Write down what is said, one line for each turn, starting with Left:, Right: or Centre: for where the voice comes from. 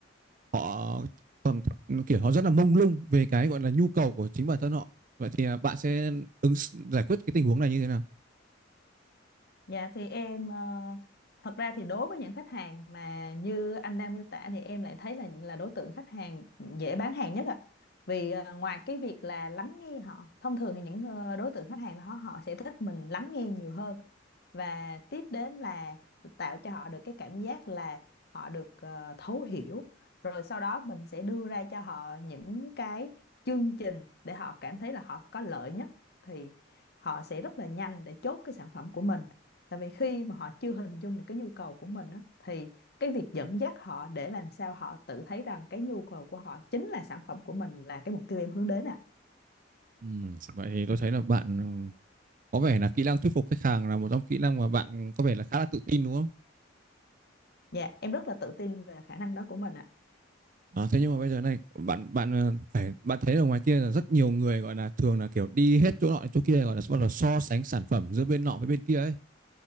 Right: họ còn kiểu họ rất là mông lung về cái gọi là nhu cầu của chính bản thân họ vậy thì à, bạn sẽ ứng giải quyết cái tình huống này như thế nào?
Left: Dạ thì em ờ, thật ra thì đối với những khách hàng mà như anh đang miêu tả thì em lại thấy là là đối tượng khách hàng dễ bán hàng nhất ạ. Vì ờ, ngoài cái việc là lắng nghe họ, thông thường thì những ờ, đối tượng khách hàng đó họ sẽ thích mình lắng nghe nhiều hơn và tiếp đến là tạo cho họ được cái cảm giác là họ được ờ, thấu hiểu. Rồi sau đó mình sẽ đưa ra cho họ những cái chương trình để họ cảm thấy là họ có lợi nhất thì họ sẽ rất là nhanh để chốt cái sản phẩm của mình Tại vì khi mà họ chưa hình dung được cái nhu cầu của mình á, thì cái việc dẫn dắt họ để làm sao họ tự thấy rằng cái nhu cầu của họ chính là sản phẩm của mình là cái mục tiêu em hướng đến ạ.
Right: Ừm, vậy thì tôi thấy là bạn ừ, có vẻ là kỹ năng thuyết phục khách hàng là một trong kỹ năng mà bạn có vẻ là khá là tự tin đúng không?
Left: Dạ, em rất là tự tin về khả năng đó của mình ạ.
Right: À, thế nhưng mà bây giờ này bạn bạn ờ, phải bạn thấy ở ngoài kia là rất nhiều người gọi là thường là kiểu đi hết chỗ nọ đến chỗ kia gọi là bắt đầu so sánh sản phẩm giữa bên nọ với bên kia ấy.